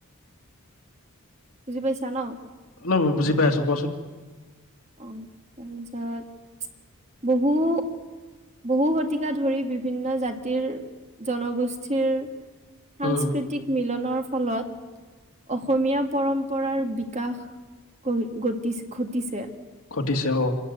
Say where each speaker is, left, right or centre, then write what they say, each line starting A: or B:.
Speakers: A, on the right; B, on the left.
A: বুজি পাইছা ন।
B: ন বুজি পাই আছোঁ কোৱাচোন।
A: অ' তাৰপিছত বহু বহু শতিকা ধৰি বিভিন্ন জাতিৰ, জনগোষ্ঠীৰ সাংস্কৃতিক
B: উম
A: মিলনৰ ফলত অসমীয়া পৰম্পৰাৰ বিকাশ ঘ ঘটিছে।
B: ঘটিছে অঁ।